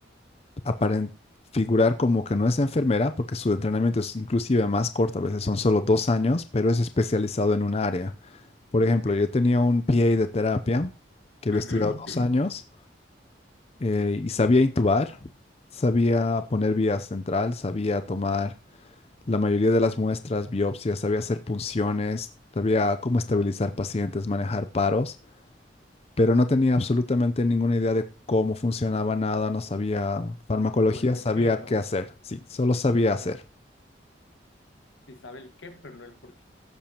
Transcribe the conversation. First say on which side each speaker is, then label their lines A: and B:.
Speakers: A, on the left; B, on the left.
A: aparent figurar como que no es enfermera, porque su entrenamiento es inclusive más corto, a veces son solo dos años, pero es especializado en un área. Por ejemplo,
B: ok.
A: yo tenía un PA de terapia que había
B: <clears throat>
A: estudiado dos años eh, y sabía intubar, sabía poner vía central, sabía tomar la mayoría de las muestras, biopsias, sabía hacer punciones, sabía cómo estabilizar pacientes, manejar paros pero no tenía absolutamente ninguna idea de cómo funcionaba nada, no sabía farmacología,
B: Como el por
A: sabía
B: qué, ¿no?
A: qué hacer, sí, solo sabía hacer.
B: Ajá. Sí sabe el qué, pero no el por qué.